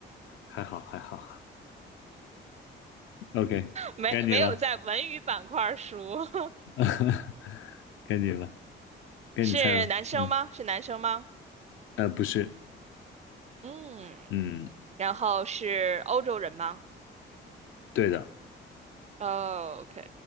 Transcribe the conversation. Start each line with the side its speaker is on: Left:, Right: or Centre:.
Left: 还好还好。OK，
Right: 没没有在文娱板块儿输，
Left: 该你了，<laughs> 该你了，
Right: <laughs>
Left: 该你猜了。
Right: 是男生吗？
Left: 嗯，
Right: 是男生吗？
Left: 呃，不是，
Right: 嗯。
Left: 嗯，
Right: 然后是欧洲人吗？
Left: 对的，
Right: 哦，OK，